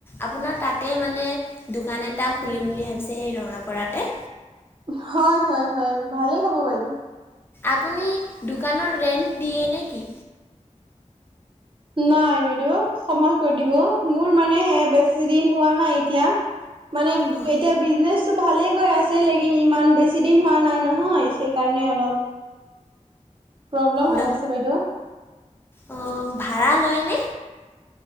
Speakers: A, on the left (about 15°); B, on the right (about 40°).
A: আপোনাৰ তাতে মানে দোকান এটা খুলিম বুলি ভাবিছে সেই ৰঙাপাৰাতে।
B: হয় হয় হয় ভালেই হ'ব বাইদেউ।
A: আপুনি দোকানৰ ৰেণ্ট দিয়ে নেকি?
B: নাই বাইদেউ সময় কৈ দিব মোৰ মানে সে বেছি দিন হোৱা নাই এতিয়া। মানে
A: অহ
B: এতিয়া বিজনেছ ভালে গৈ আছে লেকিন ইমান বেছি দিন হোৱা নাই নহয় সেইকাৰণে অলপ প্ৰবলেম হৈ
A: ন
B: আছে বাইদেউ।
A: অ ভাড়া লয় নে?